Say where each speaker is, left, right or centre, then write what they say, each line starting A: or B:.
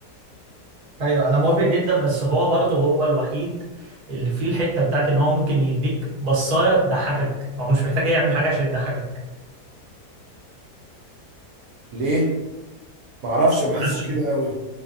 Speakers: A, on the right (about 40°); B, on the right (about 70°).
A: ايوه انا موافق جدا بس هو برضه هو الوحيد اللي فيه الحته بتاعت ان هو ممكن يديك بصايه تضحكك هو مش محتاج يعمل حاجه عشان يضحكك
B: ليه ما اعرفش ما بحسش
A: عارف
B: كده قوي